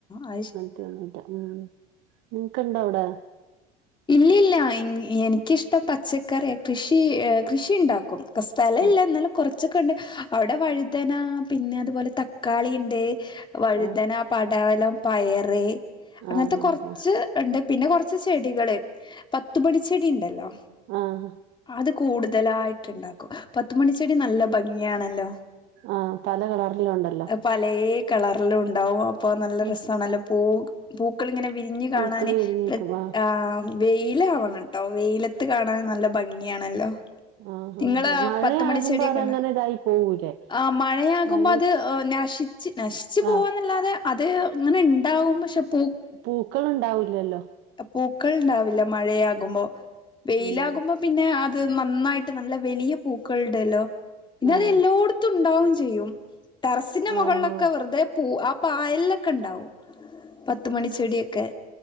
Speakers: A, on the left; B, on the right.
A: അയ്ശ
B: ഒന്നൂറ്റ ഉം നിങ്ങക്ക് ഇണ്ടോ അവിടെ
A: ഇല്ലില്ല എനിക്കിഷ്ടം പച്ചക്കറിയാ കൃഷി കൃഷി ഇണ്ടാക്കും സ്ഥല
B: ആ
A: ഇല്ല എന്നാലും കുറച്ചൊക്കെ ഉണ്ട് അവിടെ വഴുതന പിന്നെ അതുപോലെ തക്കാളി ഇണ്ട് വഴുതന
B: ആ
A: പടവലം പയറ് അങ്ങനത്ത
B: ആഹ്
A: കൊർച്ച്
B: ആഹ്
A: ഉണ്ട് പിന്നെ കൊറച്ച് ചെടികള് പത്ത് പണിച്ചെടി ഇണ്ടല്ലോ
B: ആഹ് ആഹ്
A: അത് കൂടുതലായിട്ട്ണ്ടാക്കും പത്തുമണിച്ചെടി നല്ല ഭംഗിയാണല്ലോ
B: ആഹ് പല കളറില് ഒണ്ടല്ലോ
A: പലേ കളറിലും ഉണ്ടാവും അപ്പൊ നല്ല
B: ആ
A: രസാണല്ലോ പൂ പൂക്കളിങ്ങനെ വിരിഞ്ഞു കാണാന്
B: പൂക്കള് വിരിഞ്ഞിക്കും ആ
A: ആഹ് വെയില് ആവണം ട്ടോ വെയിലത്ത് കാണാൻ നല്ല ഭംഗിയണല്ലോ
B: ആഹ്
A: നിങ്ങള്
B: ആഹ് മഴയാകുമ്പോ
A: പത്തുമണി ചെടിയൊക്കെ
B: അതങ്ങനെ
A: ഒണ്ടാ
B: ഇതായി പോവൂലേ
A: ആഹ് മഴയാകുമ്പോ
B: മഴയത്ത്
A: അത് നശി നശിച്ച് പോവ്ന്നല്ലാതെ
B: ആ
A: അത് ഇങ്ങനെ ഉണ്ടാവും പക്ഷെ പൂ
B: പൂക്കള് ഇണ്ടാവൂലല്ലോ
A: പൂക്കൾ ഇണ്ടാവില്ല മഴയാകുമ്പോ വെയിലാകുമ്പോ
B: ഉം
A: പിന്നെ അത് നന്നായിട്ട് നല്ല വെലിയ പൂക്കളുടേല്ലോ പിന്നെ
B: ആഹ്
A: അത് എല്ലോട്ത്തും ഉണ്ടാവും ചെയ്യും ടെറസിന്റെ മുകളിലൊക്കെ
B: ആഹ് ആഹ്
A: വെറുതെ പൂ ആ പായലിലൊക്കെ ഇണ്ടാവും പത്തുമണിച്ചെടിയൊക്കെ